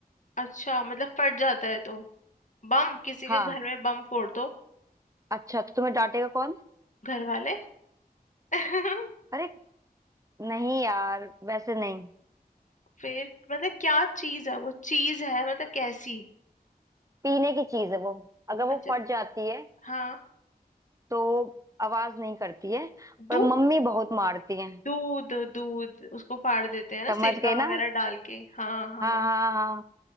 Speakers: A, on the left; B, on the right.
A: अच्छा मतलब फट जाता है तो बम किसी के
B: हाँ
A: घर में बम फोड़ दो
B: अच्छा तो तुम्हें डांटेगा कौन
A: घर वाले <laughs>
B: अरे नहीं यार वैसे नहीं
A: फिर मतलब क्या चीज है वो चीज है मतलब कैसी
B: पीने की चीज है वो अगर वो
A: अच्छा
B: फट जाती है
A: हाँ
B: तो आवाज नहीं करती है पर
A: दूध
B: मम्मी बहुत मारती है
A: दूध दूध उसको फाड़ देते हैं ना
B: समझ
A: सिरका
B: गए ना
A: वगैरह डाल के हाँ हाँ
B: हाँ हाँ हाँ